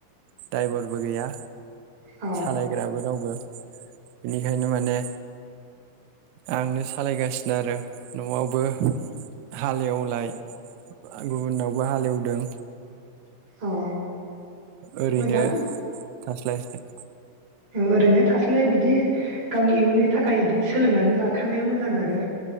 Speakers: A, on the right; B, on the right.
A: द्राइभारबो गैया
B: औ
A: सालायग्राबो रावबो बेनिखायनो माने आंनो सालायगासिनो आरो न'आवबो हालेवलाय गुबुनावबो हालेवदों
B: औ
A: ओरैनो
B: मोजां
A: थास्लायस्लाय
B: ओरैनो थास्लाय बिदि गावनि इयुननि थाखाय इदि सोलोंनानै लाखानाया मोजां आरो